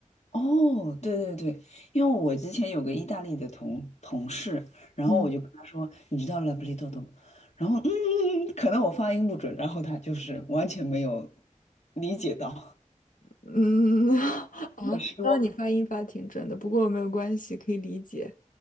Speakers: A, on the left; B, on the left.
A: 哦，对对对，因为我之前有个意大利的同同事，然后我就跟他说，
B: 嗯，
A: 你知道 l a b r i d o 吗？然后嗯，嗯嗯可能我发音不准，然后他就是完全没有理解到，
B: 嗯 <laughs>，啊，刚刚你发音发挺准的，
A: 很失望。
B: 不过没有关系，可以理解。